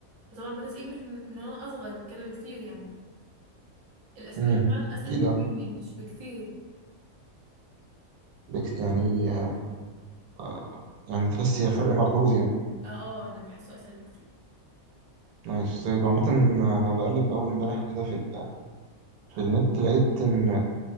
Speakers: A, on the right; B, on the right.
A: وطبعا بدرس إنجلش من, من وأنا أصغر من كده بكتير يعني الأسباني
B: امم
A: فعلا أسهل
B: أكيد
A: بكتير
B: آه.
A: من الإنجلش بكتير
B: بك- يعني آه، يعني تحس هي فرق ملحوظ يعني
A: اه اه أنا بحسه أسهل بكتير
B: نايس طيب عامة آه، أنا بقلب أول امبارح كده في ال... في النت لقيت إن